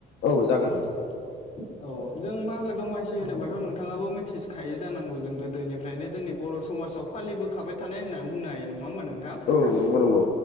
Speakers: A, on the left (about 85°); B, on the left (about 45°).
A: औ जागोन
B: औ
A: नोंथां
B: औ जों मागो दमासि। होनोबाथ' नोंथाङाबो मिथिखायो जानांगौ जों गोदोनिफ्रायनो जोंनि बर' समाजाव फालिबो खाबाय थानाय होनना बुंनो हायो नङा होमबा नोंथां
A: औ नंगौ नंगौ